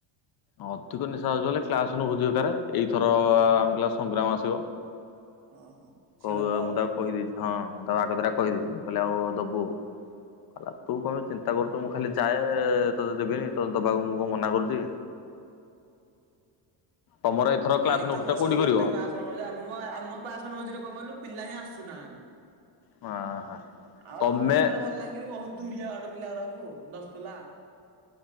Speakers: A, on the left; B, on the right.
A: ଅଧିକ ନିଶା ହଉଚି ବଲେ କ୍ଲାସୁ ଭୋଜି ଦରକାର ଏଇଥର ଆମେ କ ସଂଗ୍ରାମ ଆସିବ।
B: ଓହୋ। ସିଏ
A: କଉ
B: ଦବ ଆଉ।
A: ମୁଁ ତା କହିଦେଇଚି ହଁ ମୁଁ ତାକୁ ଆଗ ତରିକା କହିଦେଇଚି ମୁଁ କହିଲି ଆଉ ଦବୁ ହେଲା ତୁ କଣ ବେଶି ଚି ନ୍ତା କରୁଚୁ, ମୁଁ ଖାଲି ଯାଏ ତୋତେ ଦେବିନି ତତେ ଦବାକୁ ମୁଁ କଣ ମନା କରୁଚି? ତମର ଏଥର କ୍ଲାସ୍
B: ଏଇତ
A: ନୁ ଆଫିସ୍
B: ବର୍ଷକୁ
A: ଟା କୋଉଠି କରିବ?
B: ଗୋଟେ କ୍ଲାସ ଆମ ଆମ କ୍ଲାସ <unintelligible> ମଝିରେ କଣ କହିଲୁ ପିଲା ହିଁ ଆସୁନାହାନ୍ତି।
A: ହଁ ହଁ
B: ଆଉ
A: ତମେ
B: ଭୁବନେଶ୍ଵର, ବଲାଙ୍ଗୀର ବହୁତ୍ ଦୂରିଆ ବାଟ ପିଲାଗୁରାକୁ <unintelligible>